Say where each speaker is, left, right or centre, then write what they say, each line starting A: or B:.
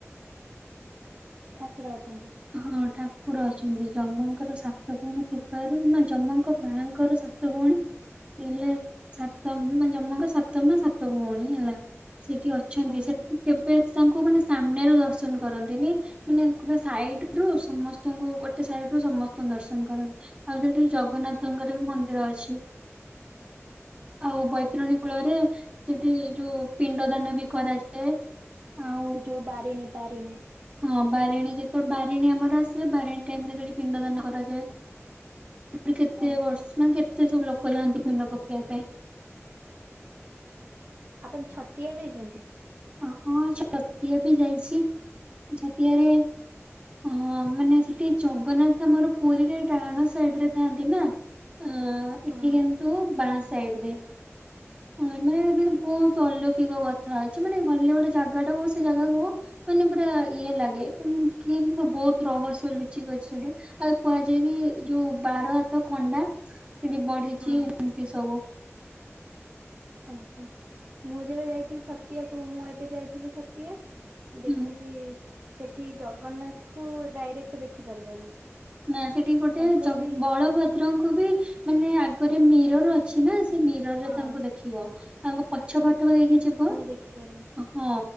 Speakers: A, on the right; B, on the right.
A: ଠାକୁର ଅଛନ୍ତି।
B: ହଁ ଠାକୁର ଅଛନ୍ତି ଯମଙ୍କର ସାତ ଭଉଣୀ ଥିବାରୁ ନାଇଁ ଯମଙ୍କ ମାଙ୍କର ସା ତ ଭଉଣୀ ଥିଲେ। ସାତମ ମାନେ ଯମଙ୍କ ସାତ ମା ସାତ ଭଉଣୀ ହେଲା ସେଠି ଅଛନ୍ତି
A: ଓହୋ
B: ସେଠି କେବେ ତାଙ୍କୁ ମାନେ ସାମ୍ନାରୁ ଦର୍ଶନ କରନ୍ତିନି ମାନେ ଗୋଟେ ସାଇଡ ରୁ ସମସ୍ତଙ୍କୁ ଗୋ ଗୋଟେ ସାଇଡ ରୁ ସମସ୍ତଙ୍କୁ ଦର୍ଶନ କରନ୍ତି ଆଉ ସେଠି ଜଗନ୍ନାଥଙ୍କର
A: ଓହୋ
B: ବି ମନ୍ଦିର ଅଛି। ଆଉ
A: ଓହୋ
B: ବୈତରଣୀ କୂଳରେ ସେଠି ଯୋଉ ପିଣ୍ଡ ଦାନ ବି କରାଯାଏ ଆଉ
A: ଯୋଉ ବିରିଣୀ ବିରିଣୀ
B: ହଁ ବାରିଣୀ ଯେତେବେଳେ ବାରିଣୀ ଆମର ଆସିବ ବାରିଣୀ ଟାଇମ ରେ ସେଠି ପିଣ୍ଡ ଦାନ କରାଯାଏ। କେତେ କେତେ
A: ଓହୋ।
B: ବର୍ଷ ମାନେ କେତେ ସବୁ ଲୋକ ଯାଆନ୍ତି ପିଣ୍ଡ ପକେଇବା ପାଇଁ।
A: ଆପଣ ଛତିଆ ଯାଇଛନ୍ତି?
B: ହ ହଁ ଛତିଆ ବି ଯାଇଛି ଛତିଆରେ ହଁ ମାନେ ସେଠି ଜଗନ୍ନାଥ ଆମର ପୁରୀରେ ଡାହାଣ ସାଇଡ ରେ ଥାନ୍ତି ନା ଆଁ
A: ହଁ
B: ଏଠି କିନ୍ତୁ ବାଁ ସାଇଡ ରେ। ହଁ ମେବି ବହୁତ ଅଲୌକିକ କଥା ଅଛି ମାନେ ଭଲେ ଗୋଟେ ଜାଗା ଟା କହୁ ସେ ଜାଗାକୁ ମାନେ ପୁରା ଇଏ ଲାଗେ କି କିମ ବହୁତ ରହସ୍ୟ ଲୁଚିକି ଅଛି ସେଠି। ଆଉ କୁହାଯାଏ କି ଯୋଉ ବାର ହାତ ଖଣ୍ଡା ସେଠି ବଢିଛି
A: ହଁ
B: ଏମିତି ସବୁ।
A: ଓହୋ ମୁଁ ଯେବେ ଯାଇଥିଲି ଛତିଆକୁ ମୁଁ ଏବେ ଯାଇଥିଲି ଛ ତିଆ ମୁଁ ଦେଖିଛି
B: ହୁଁ
A: ସେଠି ଜଗନ୍ନାଥକୁ ଡାଇରେକ୍ଟ ଦେଖିପାରିବନି।
B: ନା ସେଠି ଗୋଟେ
A: ତାଙ୍କୁ
B: ଜ
A: ବି
B: ବଳଭଦ୍ରଙ୍କୁ ବି ମାନେ ଆଗରେ ମିରର ଅଛି ନା ସେ ମିରର
A: ହଁ
B: ରେ ତାଙ୍କୁ ଦେଖିବ ତାଙ୍କ ପଛ ଫାଟକ ଦେଇକି ଯିବ
A: ଦେଖିପାରିବେ।
B: ଓହୋ